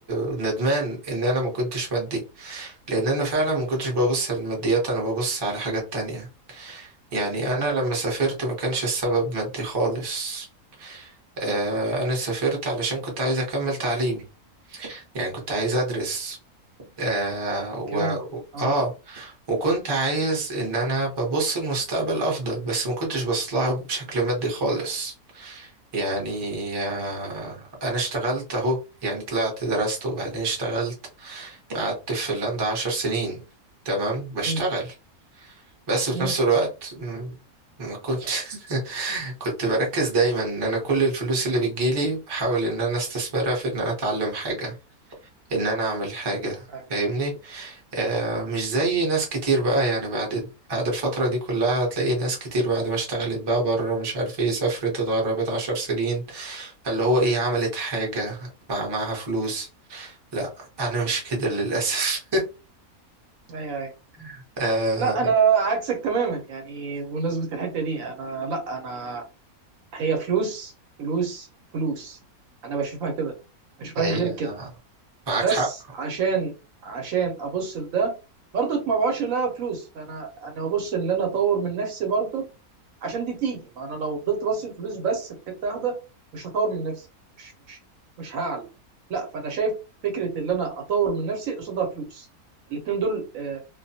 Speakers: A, on the right; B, on the right.
A: وندمان ان انا ما كنتش مادي لان انا فعلا ما كنتش ببص للماديات انا ببص على حاجات تانية يعني أنا
B: ايوه
A: لما
B: ايوه
A: سافرت ما كانش السبب مادي خالص آه، أنا سافرت علشان كنت عايز أكمل تعليمي يعني كنت عايز أدرس آه و...
B: كمان اه
A: آه وكنت عايز إن أنا ببص المستقبل أفضل بس ما كنتش بص لها بشكل مادي خالص يعني آه أنا اشتغلت أهو يعني طلعت درست وبعدين اشتغلت قعدت في فنلندا عشر سنين تمام بشتغل
B: مم،
A: بس في
B: مم،
A: نفس الوقت مم، ما كنت <laughs> كنت بركز دايما ان انا كل الفلوس اللي بتجيلي بحاول ان انا استثمرها في ان انا اتعلم حاجة ان انا اعمل حاجة
B: ايوه
A: فاهمني آه مش زي ناس كتير بقى يعني بعد بعد الفترة دي كلها هتلاقي ناس كتير بعد ما اشتغلت بقى بره مش عارف ايه سافرت اتغربت عشر سنين اللي هو ايه عملت حاجة مع معاها فلوس لا انا مش كده للأسف
B: ايوه ايوه
A: <laughs> آه
B: لا انا عكسك تماما يعني بمناسبة الحتة دي انا لا انا هي فلوس فلوس فلوس انا بشوفها كده ما بشوفهاش
A: هي
B: غير كده
A: معاك
B: بس
A: حق
B: عشان عشان ابص لده برضك ما بقعدش لا فلوس فانا انا ببص ان انا اطور من نفسي برضك عشان دي تيجي ما انا لو فضلت بص الفلوس بس في حته واحده مش هطور من نفسي مش مش مش هعلى لا فانا شايف فكره ان انا اطور من نفسي قصادها فلوس الاتنين دول آه،